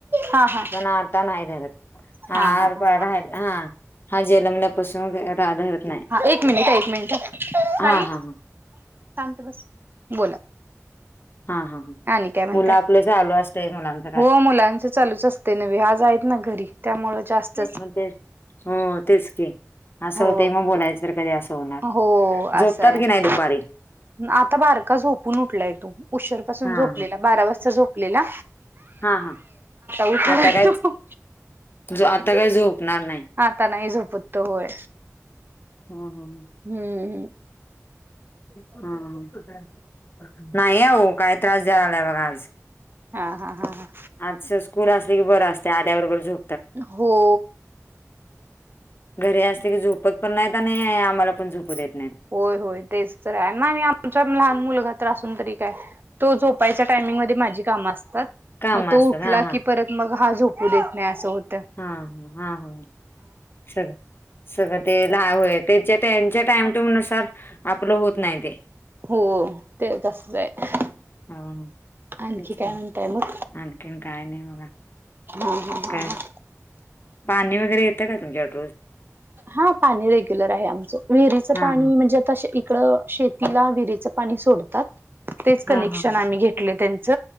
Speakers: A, on the right; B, on the left.
A: हा हा
B: पण आत्ता नाही धर त.
A: हा
B: हारळा
A: हा हा
B: राहायला हा हा जनमल्यापासून राधरत नाही.
A: एक मिनिट आहे साईांतस
B: हा हा हा
A: बोला.
B: हा हा
A: आणि काय म्हणताय
B: मुलं आपलं चालू असतय मुलांच.
A: हो मुलांच चालूच असते न् आज आहेत ना घरी त्यामुळं जास्तच.
B: मग ते हो तेच की असं
A: हो
B: होत मग बोलायचं कधी अस. होणार
A: हो
B: जोपतात
A: असं आहे
B: की नाही दुपारी.
A: आता बारका झोपून उठलाय तो. उशर पासून
B: हा
A: झोपलेला
B: हा
A: बारा वाजता झोपलेला.
B: हा हा
A: उठला
B: आता काय
A: तो
B: आता काय झोपणार नाही.
A: हाता नाही झोपत तो होय.
B: हम हम ह
A: हम्म हम्
B: ह्मम हम नाही ओ काय त्रास द्यालाय बघा आज.
A: हा हा हा हा..
B: आजच स्कूल असले की बरं असते आध्या बरोबर झ
A: हो...
B: घरी असले की झोपत पण नाहीत आणि आम्हाला पण झोपू देत नाहीत.
A: होय होय तेच तर आहे नाही आही आमच्या लहान मुलगात्र असून तरी काय. तो झोपायच्या टायमिंगमध्ये माझी कामं असतात
B: काम
A: मग तो
B: असतात
A: उठला
B: हा हा
A: की परत. मग हा झोपू देत नाही असं होत.
B: हा हा हा हा चल. सगळं ते लय त्याच्या त्यांच्या टाइम टूम नुसार. आपलं होत नाही ते
A: हो ते तसच आहे.
B: हो
A: आणखी
B: तेच की
A: काय म्हणताय मग
B: आणखीन काय नाही बघा.
A: हा हा हा
B: काय
A: हा.
B: पाणी वगैर येतं का तुमच्याड.
A: हा पाणी रेग्युलर आहे आमचं विहिरीचं
B: हा
A: पाणी
B: हा.
A: म्हणजे आता शेत इथ शेतीला विहिरीचं पाणी सोडतात तेच कनेक्शन
B: हा हा ह
A: आम्ही घेतले त्यांच